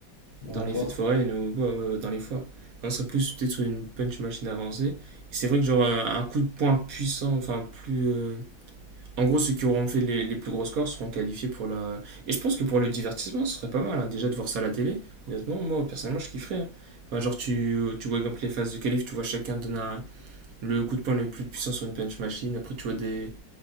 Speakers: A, on the left; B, on the right.
A: Dans
B: dans
A: la
B: les
A: foire.
B: fêtes foraines ou ouais, ouais, ouais, dans les foires. On serait plus peut-être sur une punch machine avancée. Et c'est vrai que genre un, un coup de poing puissant, enfin plus... euh, En gros, ceux qui auront fait les, les plus gros scores seront qualifiés pour la... Et je pense que pour le divertissement, ce serait pas mal, hein, déjà de voir ça à la télé. Honnêtement, moi, personnellement, je kifferais. hein. Enfin, genre, tu, tu vois, par exemple, les phases de qualif, tu vois chacun donner un le coup de poing le plus puissant sur une punch machine. Après, tu vois des,